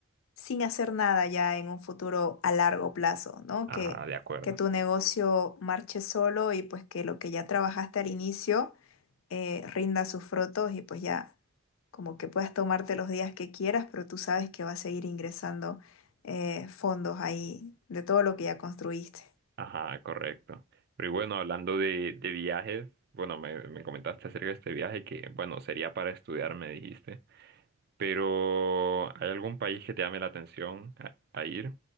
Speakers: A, on the left; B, on the right.
A: sin hacer nada ya en un futuro a largo plazo, ¿no?
B: Ajá,
A: Que,
B: de acuerdo.
A: que tu negocio marche solo y pues que lo que ya trabajaste al inicio eh, rinda sus frutos y pues ya como que puedas tomarte los días que quieras, pero tú sabes que va a seguir ingresando eh, fondos ahí de todo lo que ya construiste.
B: Ajá, correcto. Pero y bueno, hablando de, de viajes, bueno, me, me comentaste acerca de este viaje que, bueno, sería para estudiar, me dijiste. Pero, ¿hay algún país que te llame la atención a, a ir?